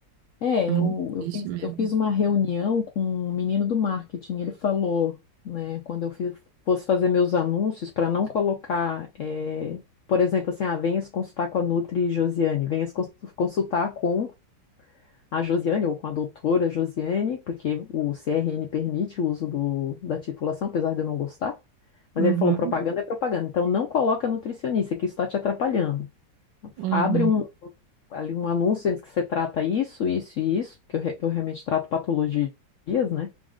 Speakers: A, on the left; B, on the right.
A: É,
B: É muito
A: eu, eu
B: triste
A: fiz,
B: mesmo.
A: eu fiz uma reunião com um menino do marketing. Ele falou, né, quando eu fiz- fosse fazer meus anúncios, para não colocar, eh, por exemplo, assim, ah, venha se consultar com a Nutri Josiane, venha se cons- consultar com a Josiane ou com a doutora Josiane, porque o CRN permite o uso do, da titulação, apesar de eu não gostar. Mas
B: Uhum,
A: ele falou: propaganda é propaganda, então não coloca nutricionista, que isso está te atrapalhando.
B: uhum.
A: Abre um ali um anúncio antes que você trata isso, isso e isso, porque eu, re- eu realmente trato patologias, né?